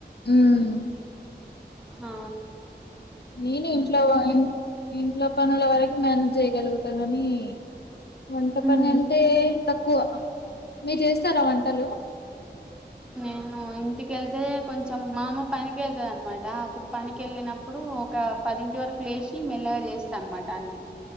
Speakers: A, on the left; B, in the centre.
A: ఉమ్
B: హా
A: నేను ఇంట్లో ఇంట్లో పనుల వరకు మేనేజ్ చేయగలుగుతా గానీ వంట పని
B: ఉమ్
A: అంటే తక్కువ మీరు చేస్తారా వంటలు
B: నేను ఇంటికెళ్తే కొంచెం మా అమ్మ పనికి వెళ్తాది అన్నమాట అప్పుడు పనికి వెళ్ళినప్పుడు ఒక పదింటి వరకు లేచి మెల్లగా చేస్తా అనమాట అన్ని